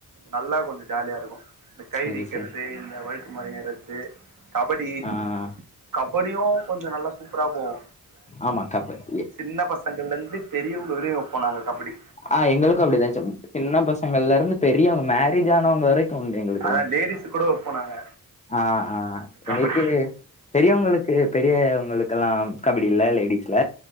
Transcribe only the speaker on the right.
நல்லா கொஞ்சோ ஜாலியா இருக்கும் இந்த கயிறு
இழுக்கறது
இந்த வழுக்குமரோ ஏர்றது கபடி
கபடியும் கொஞ்ச நல்லா சூப்பரா போவு
சின்ன பசங்கள்ல இருந்து பெரியவங்க வரையு இப்போ நாங்க கபடி
அதான் லேடிஸ் கூட வைப்போம் நாங்க
கபடி